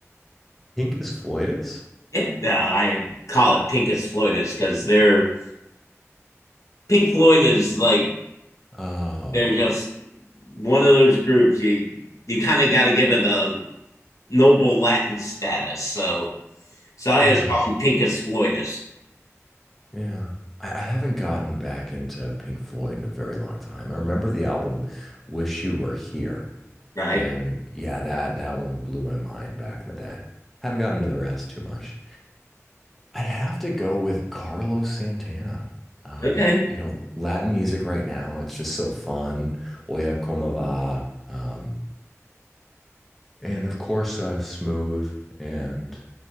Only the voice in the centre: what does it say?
Pincus floidus?
Oh,
yeah,
yeah. I, I haven't gotten back into Pink Floyd in a very long time. I remember the album Wish You Were Here.
And yeah, that that one blew my mind back in the day. Haven't gotten to the rest too much. I'd have to go with Carlos Santana. Um,
you know, Latin music right now, it's just so fun. Oya como va. Um, And of course, uh, Smooth and